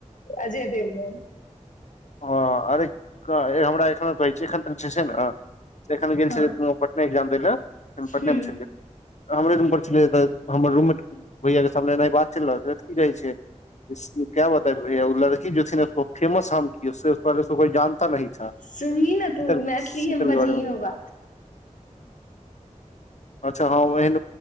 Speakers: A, on the left; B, on the left.
A: अजय देवगन
B: हां अरे क हे हमरा एखनो कहै छै एखन जे छै न से एखन गेल
A: हँ
B: छलै पटने एग्जाम दै लऽ त हम पटने
A: हूं
B: मे छलै हमरे रूम पर छलै त हमर रूममेट भैया के सामने एनहि बात चलि रहल छलै तऽ की कहै छै क्या बताये उ <unintelligible> कि जोथि <unintelligible> नेसको फेमस हम सर पेहेल उसको कोइ जानता नहीं था शीतल
A: सुनही ने तू मैथिलीए
B: शीतलक
A: मे
B: बारेमे
A: बजहियो बात
B: अच्छा त एहन